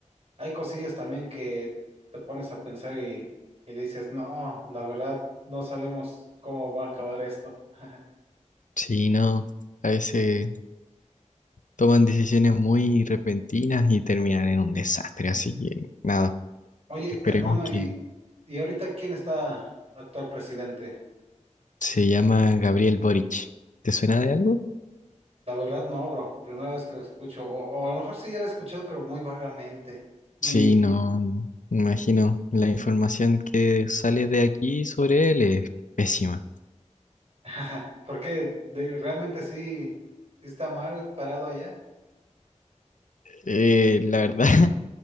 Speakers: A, on the right (about 55°); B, on the left (about 80°).
A: Hay cosillas también que te pones a pensar y, y dices, no, la verdad, no sabemos cómo va a acabar esto. <laughs>
B: Sí, no, a veces toman decisiones muy repentinas y terminan en un desastre. Así que nada,
A: Oye,
B: esperemos
A: hermano, ¿y,
B: que
A: y ahorita quién está actual presidente?
B: se llama Gabriel Boric. ¿Te suena de algo?
A: La verdad, no, bro. Primera vez que lo escucho. O, o a lo mejor sí ya lo he escuchado, pero muy vagamente. Y
B: Sí, no, no, me imagino. La información que sale de aquí sobre él es pésima.
A: <laughs> porque de, realmente sí, sí está mal parado allá.
B: Eh, la verdad, <laughs>